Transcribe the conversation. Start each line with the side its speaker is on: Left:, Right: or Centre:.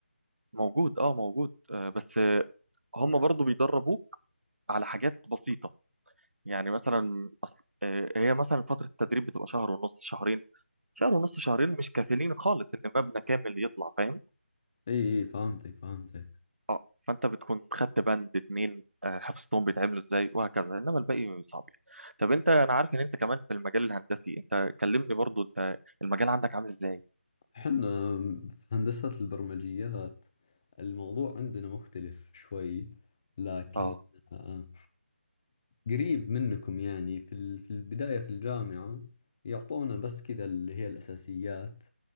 Right: موجود اه موجود آه، بس آه، هم برضو بيدربوك على حاجات بسيطة يعني مثلا أصل آه، هي مثلا فترة التدريب بتبقى شهر ونص شهرين شهر ونص شهرين مش كافيين خالص ان مبنى كامل يطلع فاهم
Left: اي اي فهمتك فهمتك
Right: اه فانت بتكون خدت بند اتنين آه، حفظتهم بيتعملوا ازاي وهكذا انما الباقي صعب طب انت انا عارف ان انت كمان في المجال الهندسي انت كلمني برضو انت المجال عندك عامل ازاي
Left: احنا في هندسة البرمجيات الموضوع عندنا مختلف شوي لكن
Right: اه
Left: آه، قريب منكم يعني في ال- في البداية في الجامعة يعطونا بس كذا اللي هي الأساسيات